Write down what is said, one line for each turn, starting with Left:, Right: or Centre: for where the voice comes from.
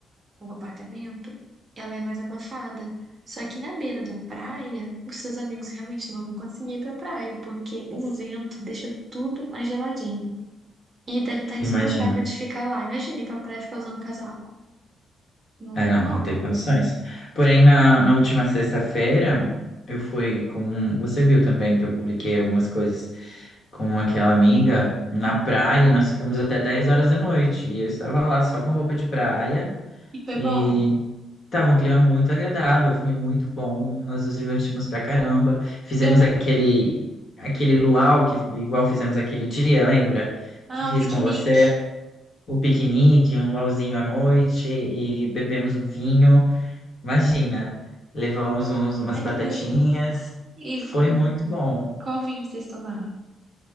Right: o apartamento, ela é mais abafada. Só que na beira da praia, os seus amigos realmente não vão conseguir ir pra praia, porque o vento deixa tudo mais geladinho. E deve estar insuportável
Left: Imagino.
Right: de ficar lá. Imagina ir pra praia e ficar usando casaco. Não
Left: É, não,
Right: rola.
Left: não tem condições. Porém, na, na última sexta-feira, eu fui com. um- Você viu também que eu publiquei algumas coisas com aquela amiga na praia e nós ficamos até 10 horas da noite. E eu estava lá só com roupa de praia
Right: E foi
Left: e
Right: bom.
Left: tava um clima muito agradável, foi muito bom. Nós nos divertimos pra caramba. Fizemos
Right: Eu não.
Left: aquele, aquele luau que igual fizemos aquele dia, lembra?
Right: Ah,
Left: Que fiz
Right: o piquenique.
Left: com você o piquenique, um luauzinho à noite e bebemos um vinho. Imagina, levamos uns- umas
Right: Ai,
Left: batatinhas.
Right: que delícia. E
Left: Foi
Right: qual,
Left: muito bom.
Right: qual vinho vocês tomaram?